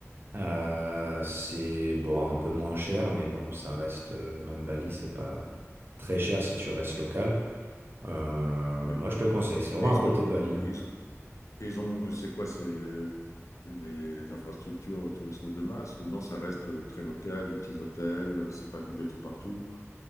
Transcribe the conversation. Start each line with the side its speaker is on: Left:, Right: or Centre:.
Right: euh, c'est bon, un peu moins cher, mais bon, ça reste, euh, même Bali, c'est pas très cher si tu restes local. Euh,
Left: oui.
Right: moi, je te conseille, c'est vraiment
Left: Et ils
Right: à côté
Left: ont,
Right: de Bali. hein.
Left: ils, ils ont, c'est quoi, c'est les infrastructures au tourisme de masse ou non, ça reste euh, très local, des petits hôtels, euh, c'est pas du béton partout.